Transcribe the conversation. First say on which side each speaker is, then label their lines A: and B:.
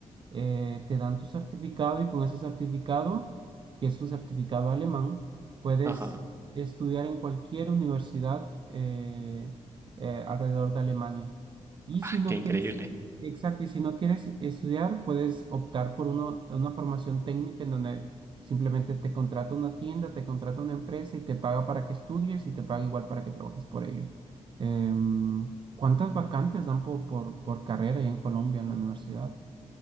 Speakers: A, on the right (about 40°); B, on the right (about 20°).
A: eh, te dan tu certificado y con ese certificado, que es un certificado alemán, puedes
B: Ajá.
A: estudiar en cualquier universidad eh, eh, alrededor de Alemania. Y
B: Ah,
A: si no
B: qué increíble.
A: quieres, exacto, y si no quieres estudiar, puedes optar por uno- una formación técnica en donde simplemente te contrata una tienda, te contrata una empresa y te paga para que estudies y te paga igual para que trabajes por ellos. Em, ¿cuántas vacantes dan po- por, por carrera ahí en Colombia en la universidad?